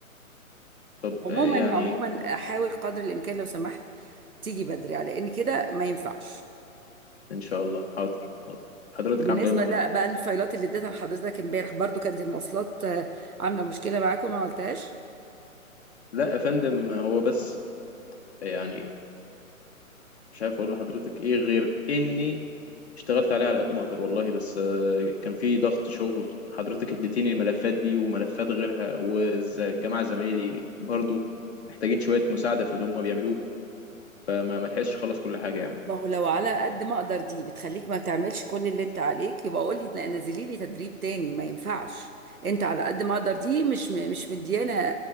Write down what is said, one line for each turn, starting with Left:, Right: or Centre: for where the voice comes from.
Left: طب
Right: عموما
Left: آه، يعني
Right: عموما حاول قدر الامكان لو سمحت تيجي بدري على ان كده ما ينفعش
Left: ان شاء الله حاضر حاضر حضرتك
Right: وبالنسبة
Left: عاملة ايه النهاردة
Right: لا بقى الفايلات اللي اديتها لحضرتك امبارح برضو كانت المواصلات آه، عاملة مشكلة معاكم ما عملتهاش
Left: لا يا فندم هو بس يعني مش عارف اقول لحضرتك ايه غير اني اشتغلت عليه على قد ما اقدر والله بس آه، كان في ضغط شغل حضرتك اديتيني الملفات دي وملفات غيرها والجماعه زمايلي برضو محتاجين شويه مساعده في اللي هم بيعملوه فما ما لحقتش اخلص كل حاجه يعني
Right: ما هو لو على قد ما اقدر دي بتخليك ما بتعملش كل اللي انت عليك يبقى قول لي لا نزلي لي تدريب تاني ما ينفعش انت على قد ما اقدر دي مش م- مش مديانا